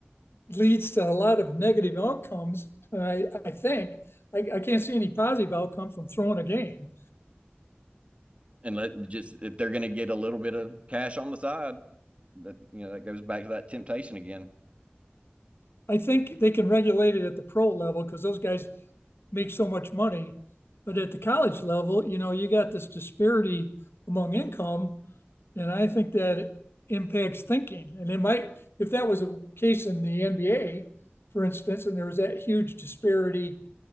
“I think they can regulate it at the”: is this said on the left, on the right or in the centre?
Left